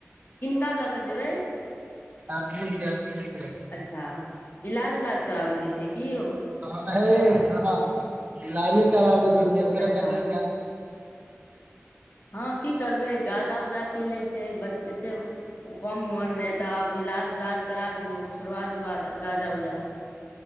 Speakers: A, on the left; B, on the right.
A: किनका ले कऽ जेबै
B: अर्जुन के अर्जुन के
A: अच्छा। इलाज उलाज कराबैके छै कि यौ।
B: हँ इलाजे कराबे के छैय ओकरा
A: अच्छा
B: कनि
A: ह की करबै गाजा उजा पी ले छैय एते कम उमर मे तब इलाज उलाज करा दिऔ छोड़बा दिऔ आ गाँजा उजा।